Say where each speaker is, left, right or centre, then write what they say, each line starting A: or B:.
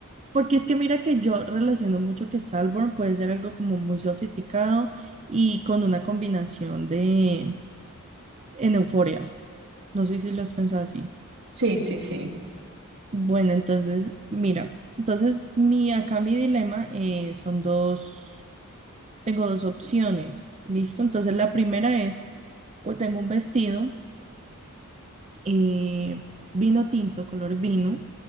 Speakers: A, on the right (about 30°); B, on the right (about 60°).
A: Porque es que mira que yo relaciono mucho que Salborn puede ser algo como muy sofisticado y con una combinación de, en Euforia. No sé si lo has pensado así.
B: Sí, sí, sí.
A: Bueno, entonces, mira, entonces mi acá mi dilema eh, son dos, tengo dos opciones, ¿listo? Entonces la primera es, o tengo un vestido eh, vino tinto, color vino,